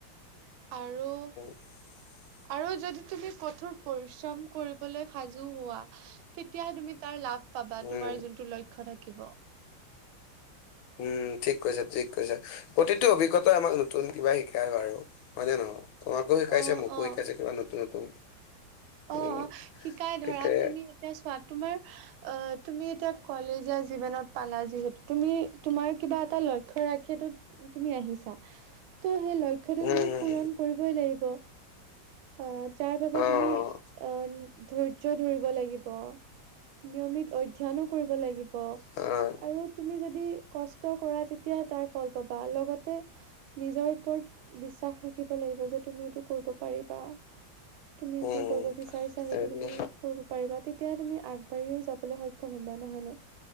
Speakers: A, on the right; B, on the left.
A: আৰু
B: <unintelligible>
A: আৰু যদি তুমি কঠোৰ পৰিশ্ৰম কৰিবলৈ সাজু হোৱা, তেতিয়াহে তুমি তাৰ লাভ লাভ পাবা
B: উম,
A: তোমাৰ যোনটো লক্ষ্য থাকিব।
B: উম ঠিক কৈছা ঠিক কৈছা প্ৰতিটো অভিজ্ঞতা আমাক নতুন কিবা শিকায় বাৰু। হয় জান ন তোমাককো শিকাইছে
A: অ',
B: মোকো
A: অ'।
B: শিকাইছে কিবা নতুন নতুন।
A: অ
B: উম
A: শিকাই ধৰা
B: ঠিকে
A: তুমি এতিয়া চোৱা তোমাৰ অ তুমি এতিয়া কলেজীয়া জীৱনত পালা যিহেতু তুমি তোমাৰ কিবা এটা লক্ষ্য ৰাখিটো তুমি আহিছা তু সেই লক্ষ্যটো
B: উম
A: তুমি পূৰণ কৰিবই লাগিব, অ যাৰ বাবে
B: অ'
A: তুমি অহ ধৈৰ্য্য ধৰিব লাগিব। নিয়মিত অধ্যয়নো কৰিব লাগিব।
B: হয়।
A: আৰু তুমি যদি কষ্ট কৰা তেতিয়াহে তাৰ ফল পাবা। লগতে নিজৰ ওপৰত বিশ্বাস ৰাখিব লাগিব যে তুমি এইটো কৰিব পাৰিবা। তুমি
B: উম
A: কি কৰিব বিচাৰিছা
B: হেৰি
A: সেইটো তুমি কৰিব পাৰিবা, তেতিয়া তুমি আগবাঢ়িও যাবলৈ সক্ষম হবা নহয় নে?